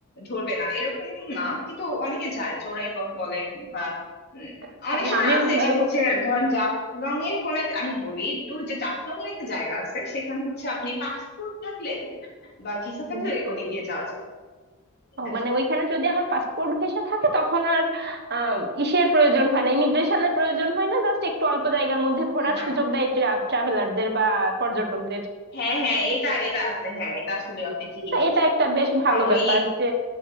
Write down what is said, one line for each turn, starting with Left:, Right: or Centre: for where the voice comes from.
Left: ধরবে না এরকম না কিন্তু অনেকে যায় চোরাই পথ বলেন বা উম,
Right: আচ্ছা
Left: অনেক
Right: না
Left: সময়
Right: আমি
Left: আছে যে
Right: আহ,
Left: হচ্ছে ধরেন জাফলং এর কোন একটা আমি বলি একটু যে জাফলং এর একটা জায়গা আছে সেখানে হচ্ছে আপনি পাসপোর্ট থাকলে বা ভিসা থাকলে
Right: উম,
Left: ওদিক দিয়ে যাওয়া যায় এটা
Right: ও, মানে ওইখানে যদি আমার পাসপোর্ট ভিসা থাকে তখন আর আম, ইসের প্রয়োজন হয় না ইমিগ্রেশনের প্রয়োজন হয় না জাস্ট একটু অল্প জায়গার মধ্যে ঘোরার
Left: না
Right: সুযোগ দেয় ট্রাভেলারদের বা পর্যটকদের
Left: হ্যাঁ হ্যাঁ এটা এটা আছে হ্যাঁ এটা আসলে আপনি ঠিকই
Right: তো
Left: শুনছেন
Right: এটা একটা বেশ ভালো
Left: আহ ওই
Right: ব্যাপার যে